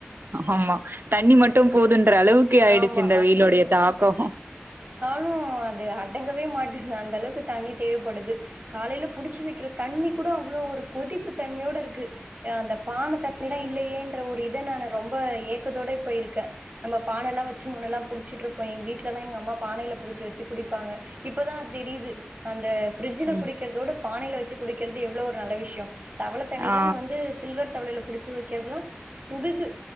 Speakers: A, on the right (about 60°); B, on the right (about 45°).
A: ஆமா தண்ணி மட்டும் போது ந்த அளவுக்கு ஆயிடுச்சு
B: ஆமா
A: இந்த வெயிலோடைய தாக்கோ
B: லு அது அடங்கவே மாட்டிருது அந்த அளவுக்கு தண்ணி தேவப்படுது காலையில புடிச்சு வைக்கிற தண்ணிக்கூட அவ்ளோவு ஒரு கொதிப்பு தன்மையோடருக்கு அ அந்த பான தண்ணில்லா இல்லையே ஒரு ஒரு இத நானு ரொம்ப ஏக்கத்தோட இப்ப இருக்கே நம்ப பானல்லா வெச்சு முன்னெல்லா புடி வெச்சுட்டுருப்போ எங்க வீட்டுலல்லா எங்க அம்மா பானையில புடிச்ச வெச்சு குடிப்பாங்க இப்பதா அத் தெரியுது அந்த ஃப்ரிட்ஜீல்ல
A: ம்
B: குடிக்கிறதோட பானையில வெச்சு குடிக்கிறது எவ்ளோ ஒரு நல்ல விஷ்யோ தவல தண்ணில்லா
A: ஆ
B: வந்து சில்வர் தவலையில்ல புடிச்சு வைக்கிறதெல்லா சுடுது